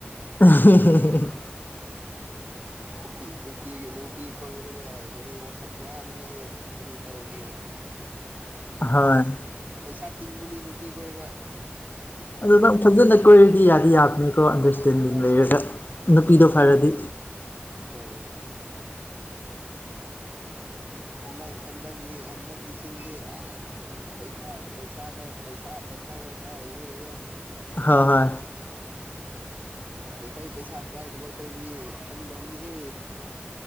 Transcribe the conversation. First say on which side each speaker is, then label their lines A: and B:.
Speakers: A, on the left; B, on the right.
A: ꯑꯍ-ꯍ-ꯍ
B: <inaudible> ꯅꯨꯄꯤꯒꯤ ꯅꯨꯄꯤ ꯀꯣꯏꯔꯒ ꯀꯔꯤ ꯋꯥꯈꯜ ꯋꯥꯅꯤꯡꯉꯥꯏ ꯀꯔꯤ ꯇꯧꯅꯤ <inaudible>
A: ꯍꯣꯏ
B: ꯄꯩꯁꯥ ꯇꯤꯡꯕꯅꯤ ꯅꯨꯄꯤ ꯀ‌ꯣꯏꯕ
A: ꯑꯗꯨ ꯅꯪ ꯐꯖꯟꯅ ꯀꯣꯏꯔꯗꯤ ꯌꯥꯗꯤ ꯌꯥꯕꯅꯤꯀꯣ ꯑꯟꯗꯔꯁꯇꯦꯟꯗꯤꯡ ꯂꯩꯔꯒ ꯅꯨꯄꯤꯗꯣ ꯐꯔꯗꯤ
B: ꯍꯣꯏ ꯍꯟꯗꯛ ꯍꯟꯗꯛꯀꯤ ꯍꯟꯗꯛꯀꯤꯁꯤꯡꯗꯤ ꯑ ꯄꯩꯁꯥ ꯄꯩꯁꯥꯗ ꯄꯩꯁꯥ ꯄꯩꯁꯥ ꯈꯛꯇ ꯑꯣꯏꯕꯒꯣ
A: ꯍꯣꯏ ꯍꯣꯏ
B: ꯑꯩꯈꯣꯏ ꯄꯩꯁꯥ ꯄꯥꯏꯗꯕ ꯑꯩꯈꯣꯏꯗꯤ ꯐꯪꯗꯕꯅꯤꯍꯦ